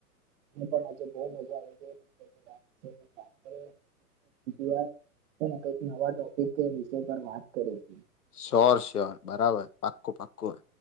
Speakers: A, on the right; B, on the left.
A: પણ આજે બહુ મજા આવી. પર વાત કઈક નવા ટોપિક કે વિષય પર વાત કરે છે.
B: શ્યોર, શ્યોર બરાબર, પાક્કું પાક્કું